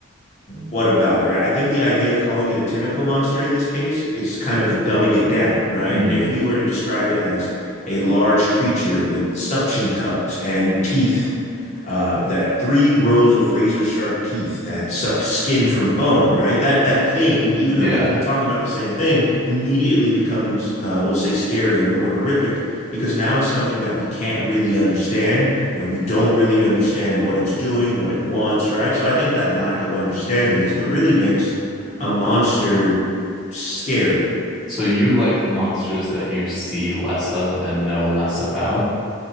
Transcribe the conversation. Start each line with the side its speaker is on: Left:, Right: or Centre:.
Left: what about it, right? I think the idea of calling it a tentacle monster in this case is kind of dumbing it down, right?
Centre: hmm
Left: If we were to describe it as a large creature with suction cups and teeth uh, that three rows of razor sharp teeth that sucked skin from bone, right? That that thing, even
Centre: Yeah.
Left: though we could be talking about the same thing, immediately becomes, uh, we'll say, scarier or more horrific because now it's something that we can't really understand and we don't really understand what it's doing, what it wants, right? So I think that lack of understanding is what really makes a monster scary.
Centre: So you like the monsters that you see less of and know less about,